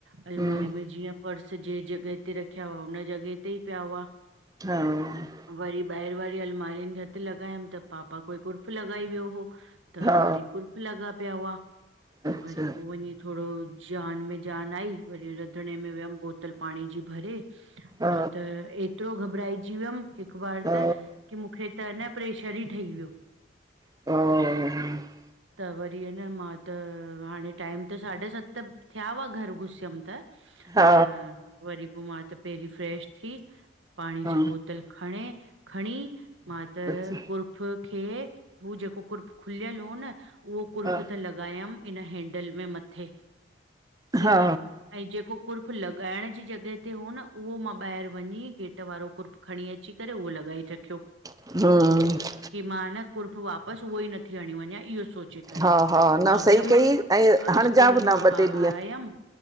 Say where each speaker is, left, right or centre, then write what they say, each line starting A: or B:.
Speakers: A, on the right; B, on the right.
A: अलमारी
B: हम्म
A: में जीअं पर्स जे जॻह ते रखिया हुआ, हुन जॻह ते ई पिया हुआ।
B: हा।
A: वरी ॿाहिरि वारी अल्मारिनि खे हथ लॻायमि, त पापा कोई कुर्फ़ लगॻाई वियो हो। त
B: हा
A: वरी कुर्फ लॻा पिया हुआ, त
B: अच्छा
A: वरी पोइ वञी थोडो जान में जान आई, वरी रंधिणे में वियमि बोतल पाणी जी भरे
B: हा
A: मां त एतिरो घबराएजी वियमि, हिकु बार
B: ओ
A: त की, मूंखे त न प्रेशर ई ठही वयो।
B: <unintelligible>
A: त वरी ह न मां त, हाणे टाइम त साढे सत, थिया हुआ घर घुसी थियमि त,
B: हा
A: त वरी पोइ मां त पहिरीं फ्रेश थी पाणी
B: हा
A: जी बोतल खणे खणी मां त
B: अच्छा
A: कुरक कुफ खे, हू जेको कुर्फ खुलियल हो न, उहो कुर्फ
B: हा
A: त लॻायमि इन हैंडल में मथे ठीकु
B: हा
A: आ, ऐं जेको कुर्फ लॻाइण जी जॻह उते हुओ न, उहो मां ॿाहिरि वञी, गेट वारो कुर्फ खणी अची करे उहो लॻाए रखियो।
B: हा।
A: की मां न, कुर्फ वापसि उहो ई नथी हणी वञा इहो सोचे करे,
B: हा हा न
A: मां वियमि
B: सही कई
A: हली,
B: ऐं हणिजाब
A: इस्कूल
B: न
A: मां
B: ॿ
A: हा
B: टे ॾींहं
A: आयमि